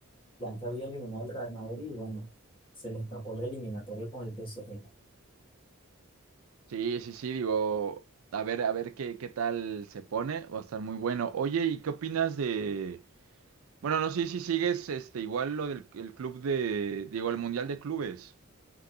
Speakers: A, on the left; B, on the right.
A: Blanca había eliminado al Real Madrid y bueno, se le escapó la eliminatoria con el PSG.
B: Sí, sí, sí, digo, a ver, a ver qué, qué tal se pone, va a estar muy bueno. Oye, ¿y qué opinas de... Bueno, no sé si sigues este, igual lo del el club de, digo, el Mundial de Clubes.